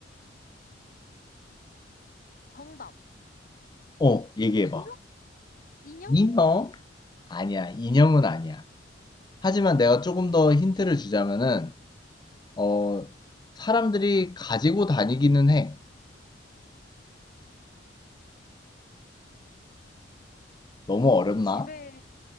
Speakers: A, on the left; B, on the left.
A: 정답.
B: 어, 얘기해봐.
A: 인형? 인형?
B: 인형? 아니야, 인형은 아니야. 하지만 내가 조금 더 힌트를 주자면은, 어, 사람들이 가지고 다니기는 해. 너무 어렵나?
A: 집에,